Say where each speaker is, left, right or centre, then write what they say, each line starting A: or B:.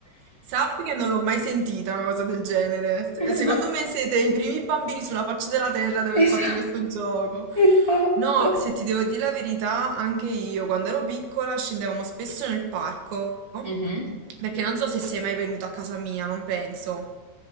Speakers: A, on the right; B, on the right.
A: Sappi che non l'ho mai sentita una cosa del genere. Se-
B: <laughs>
A: Secondo me siete i primi bambini sulla faccia della terra ad aver
B: Esatto,
A: fatto questo gioco.
B: esatto.
A: No, se ti devo dire la verità, anche io quando ero piccola scendevamo spesso nel parco,
B: Mhm.
A: perché non so se sei mai venuto a casa mia, non penso.